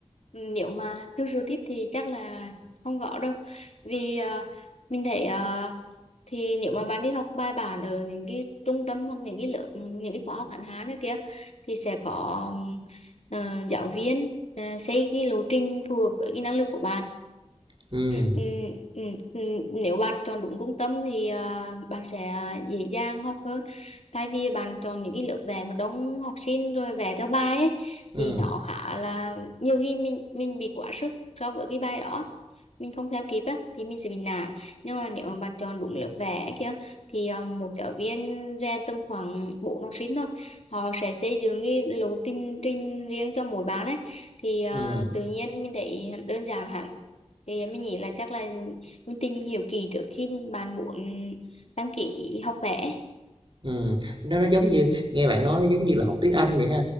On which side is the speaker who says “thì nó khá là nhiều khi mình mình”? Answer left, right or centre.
Left